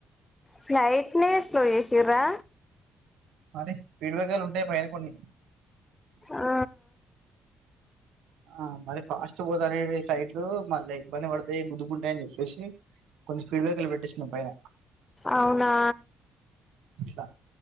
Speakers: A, on the left; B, on the right.
A: ఫ్లైట్ నే స్లో చేసిర్రా
B: మరి స్పీడ్ బ్రేకర్లు ఉంటాయి పైన కొన్ని
A: ఆ
B: ఆ మరి ఫాస్ట్ పోతనై ఫ్లైట్లు మళ్ళా ఇబ్బంది పడతాయి గుద్దుకుంటాయని చెప్పేసి కొన్ని స్పీడ్ బ్రేకర్లు పెట్టిచ్చినము పైన
A: అవునా
B: అట్లా